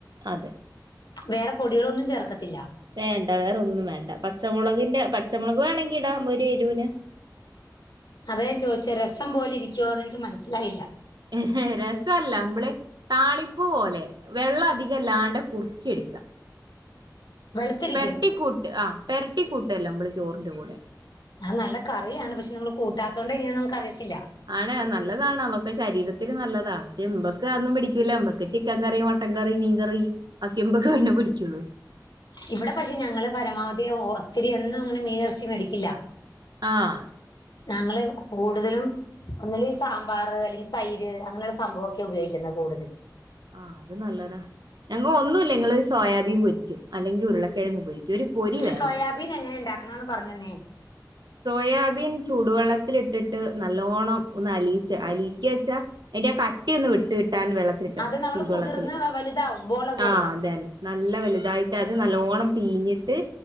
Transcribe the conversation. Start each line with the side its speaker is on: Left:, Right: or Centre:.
Right: അതെ
Left: വേറെ പൊടികളൊന്നും ചേർക്കത്തില്ല
Right: വേണ്ട വേറെ ഒന്നും വേണ്ട പച്ചമുളകിന്റെ പച്ചമുളക് വേണങ്കി ഇടാ ഒരു എരൂന്
Left: അതാ ഞാൻ ചോദിച്ചെ രസം പോലെ ഇരിക്കുവോ അത് എനിക്ക് മനസ്സിലായില്ല
Right: ഇഹ് രസല്ല അമ്പള് താളിപ്പ് പോലെ വെള്ളം അധികം ഇല്ലാണ്ടെ കുറുക്കി എടുക്ക
Left: വെളുത്തിരിക്കും
Right: പെരട്ടിക്കൂട്ട് ആഹ് പെരട്ടിക്കൂട്ടല്ലൊ മ്പള് ചോറിന്റെ കൂടെ
Left: അത് നല്ല കറിയാണ് പക്ഷെ നമ്മള് കൂട്ടാത്തോണ്ട് എങ്ങനെയാ നമുക്ക് അറിയത്തില്ല
Right: ആണ് അത് നല്ലതാണ് അതൊക്കെ ശരീരത്തിന് നല്ലതാ പക്ഷെ ഇമ്പക്ക് അതൊന്നും പിടിക്കൂല ഇമ്പ ക്ക് ചിക്കൻ കറി മട്ടൻകറി മീൻകറി ഒക്കെ ഇമ്പക്ക് കണ്ണ് പിടിക്കുള്ളൂ
Left: ഇവിടെ പക്ഷെ ഞങ്ങള് പരമാവധി ഒത്തിരി എന്നും അങ്ങനെ മീനു ഇറച്ചി മേടിക്കില്ല
Right: ആഹ്
Left: ഞങ്ങള് കൂടുതലും ഒന്നൂല്ലേ ഈ സാമ്പാർ അല്ലെങ്കിൽ തൈര് അങ്ങനെയുള്ള സംഭവൊക്കെ ഉപയോഗിക്കുന്നത് കൂടുതൽ
Right: ആഹ് അത് നല്ലതാ ഞങ്ങ ഒന്നുംല്ല ആഹ് അത് നല്ലതാ ഞൻക്ക് ഒന്നും ഇല്ലെങ്കിൾ സോയാബീൻ പൊരിക്കും അല്ലെങ്കിൽ ഉരുളക്കിഴങ്ങ് പൊരിക്കും ഒരു പൊരി വേണം
Left: സോയാബീൻ എങ്ങനെ ഉണ്ടാക്കണന്ന് പറഞ്ഞന്നേ
Right: സോയാബീൻ ചൂടുവെള്ളത്തിലിട്ടിട്ട് നല്ലോണ്ണം ഒന്ന് അലീക്കാ അലീക്കാച്ച അയിന്റെ ആ കട്ടിയൊന്ന് വിട്ട് കിട്ടാൻ വെള്ളത്തിട്ടക്കും
Left: അത് നമ്മള്
Right: ചൂട്വെള്ളത്തില്
Left: കുതിർന്ന് വലുതാവും ബോള പോലെ
Right: ആഹ് അതന്നെ നല്ല വലുതായിട്ട് അത് നല്ലോണ്ണം പീഞ്ഞിട്ട്